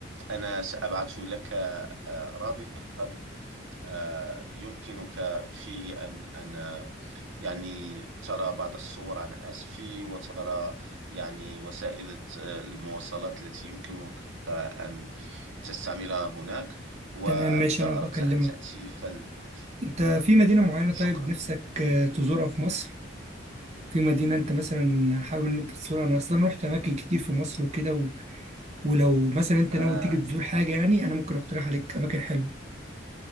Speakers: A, on the right; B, on the right.
A: أنا سأبعث لك آه، رابطا آه، يمكنك فيه أن أن يعني ترى بعض الصور عن آسفي وترى يعني وسائل الت- المواصلات التي يمكنك أن تستعملها هناك وإذا
B: تمام ماشي انا بكلمك
A: أردت أن تأتي فل...
B: انت
A: نعم
B: في مدينة معينة
A: شكرا
B: طيب نفسك آه، تزورها في مصر في مدينة انت مثلا حابب ان انت تزورها انا اصلا رحت اماكن كتير في مصر وكده ولو مثلا انت
A: آه،
B: ناوي تيجي تزور حاجة يعني انا ممكن اقترح عليك اماكن حلوة